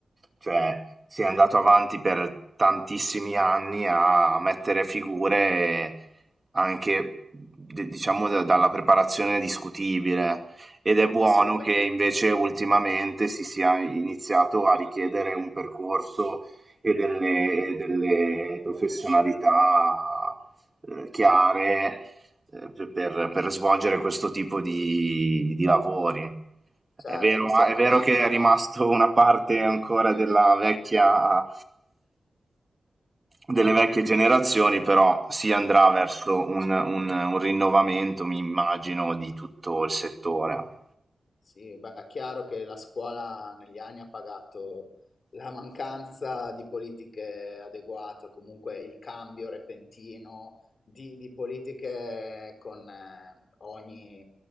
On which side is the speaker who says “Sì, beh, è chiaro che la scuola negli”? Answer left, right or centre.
Left